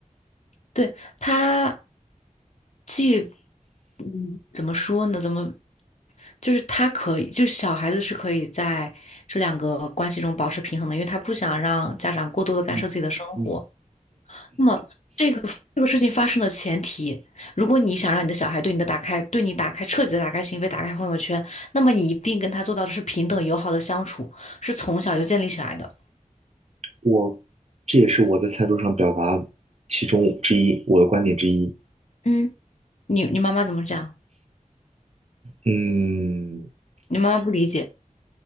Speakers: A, on the left; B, on the right.
A: 对，他，既嗯怎么说呢？怎么就是他可以，就是小孩子是可以在这两个关系中保持平衡的，因为他不想让家长过多的干涉自己的生活。
B: 嗯嗯，
A: 那么这个这个事情发生的前提，如果你想让你的小孩对你的打开，对你打开彻底的打开心扉，打开朋友圈，那么你一定跟他做到的是平等友好的相处，是从小就建立起来的。
B: 我这也是我在餐桌上表达其中之一，我的观点之一。
A: 嗯，你你妈妈怎么讲？
B: 嗯，
A: 你妈妈不理解。